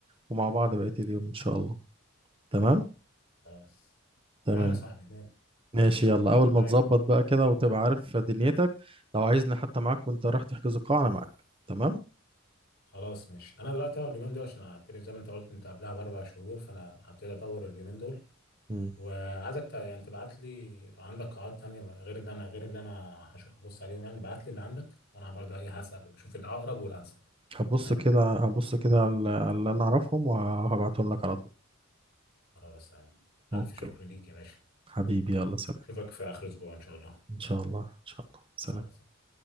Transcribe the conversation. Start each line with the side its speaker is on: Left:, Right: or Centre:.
Right: ومع بعض بقية اليوم إن شاء الله تمام
Left: خلاص تمام
Right: تمام
Left: يا صاحبي مال
Right: ماشي يلا أول
Left: طيب
Right: ما تظبط بقى كده وتبقى عارف دنيتك لو عايزني حتى معاك وأنت رايح تحجز القاعة أنا معاك تمام
Left: خلاص ماشي انا دلوقتي اهو اليومين دول عشان هبتدي زي ما انت قلت انت قبلها باربع شهور فانا هبتدي ادور اليومين دول
Right: مم.
Left: وعايزك ت- يعني تبعت لي عندك قاعات تانية بقى غير اللي انا غير اللي انا هش- هبص عليهم يعني ابعت لي اللي عندك وانا برضه ايه هسأل واشوف الاقرب والانسب
Right: هبص
Left: تمام
Right: كده هبص كده على على اللي أنا أعرفهم وهبعتهم لك على طول
Left: خلاص تمام
Right: أوكي
Left: ألف شكر ليك يا باشا
Right: حبيبي يلا سلام
Left: أشوفك في آخر أسبوع إن شاء الله
Right: إن شاء الله إن شاء الله سلام
Left: الله يسلمك.